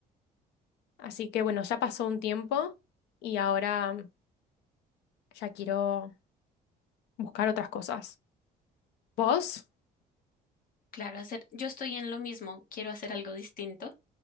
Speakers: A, on the left; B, on the left.
A: Así que bueno, ya pasó un tiempo y ahora ya quiero buscar otras cosas. ¿Vos?
B: Claro, hacer, yo estoy en lo mismo, quiero hacer algo distinto.